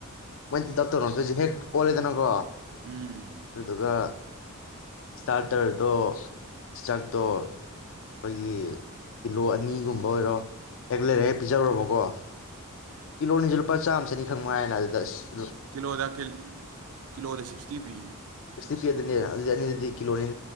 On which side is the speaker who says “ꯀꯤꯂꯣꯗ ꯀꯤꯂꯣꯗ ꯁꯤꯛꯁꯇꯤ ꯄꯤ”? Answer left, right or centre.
Right